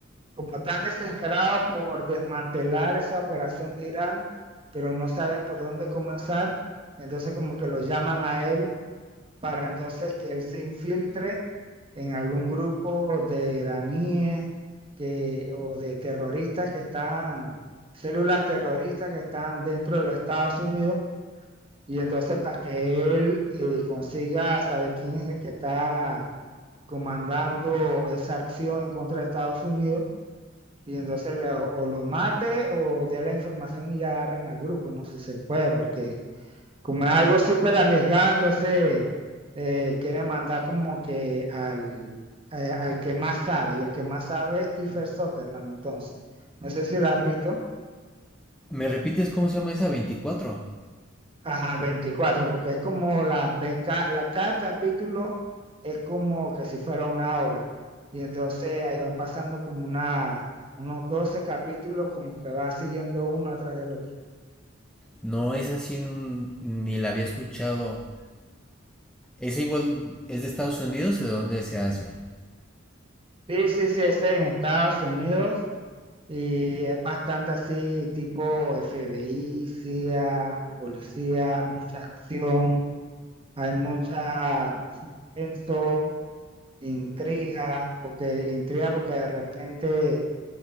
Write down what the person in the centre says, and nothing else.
¿Me repites cómo se llama esa veinticuatro
No, esa sí n- ni la había escuchado. ¿Esa igual es de Estados Unidos o de dónde se hace?